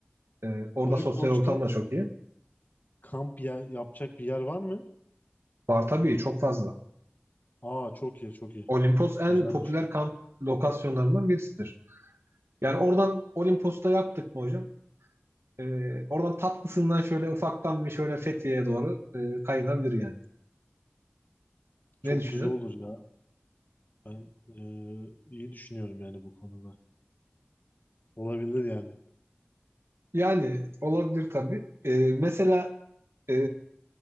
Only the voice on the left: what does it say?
Olimpos'ta
kamp ya- yapacak bir yer var mı?
Aa çok iyi, çok iyi.
Güzelmiş.
Çok
güzel olur ya. Ben e, iyi düşünüyorum yani bu konuda. Olabilir yani.